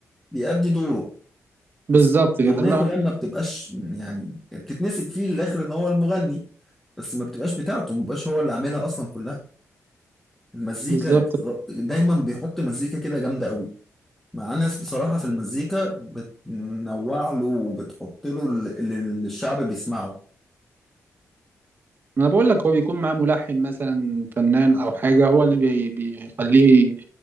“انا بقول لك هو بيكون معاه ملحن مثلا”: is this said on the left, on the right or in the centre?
Right